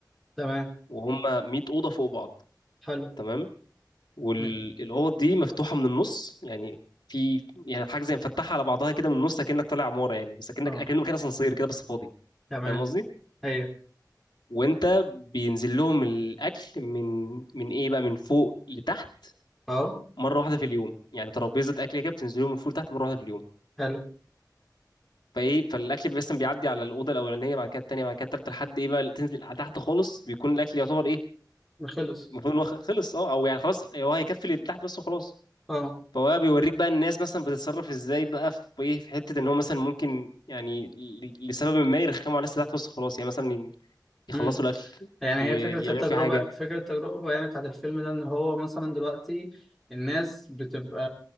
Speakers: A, in the centre; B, on the left.
A: تمام
B: وهم 100 اوضه فوق بعض
A: حلو
B: تمام والاوض
A: مم.
B: دي مفتوحه من النص يعني في يعني حاجه زي مفتحه على بعضها كده من النص اكنك طالع عماره يعني بس اكنك
A: تمام
B: اكنه مكان اسانسير كده بس فاضي
A: تمام
B: فاهم قصدي
A: أيوه
B: وانت بينزل لهم الاكل من من ايه بقى من فوق لتحت
A: أه
B: مره واحده في اليوم يعني ترابيزه اكل كده بتنزل لهم من فوق لتحت مره واحده في اليوم
A: حلو
B: فايه فالاكل بس بيعدي على الاوضه الاولانيه بعد كده الثانيه بعد كده الثالثه لحد ايه بقى تنزل على تحت خالص بيكون الاكل يعتبر ايه
A: خلص
B: المفروض ان هو خلص اه او يعني خلاص أيوه، هو هيكفي اللي تحت بس وخلاص
A: أه
B: فهو بقى بيوريك بقى الناس مثلا بتتصرف ازاي بقى في ايه في حته ان هو مثلا ممكن يعني ل- لسبب ما يرخموا على الناس اللي تحت وسط خلاص يعني مثلا ي- يخلصوا
A: مم.
B: الاكل
A: يعني
B: ي-
A: هي فكرة
B: يعملوا
A: التجربة
B: فيه حاجه
A: فكرة التجربة يعني بتاعت الفيلم ده إن هو مثلا دلوقتي الناس بتبقى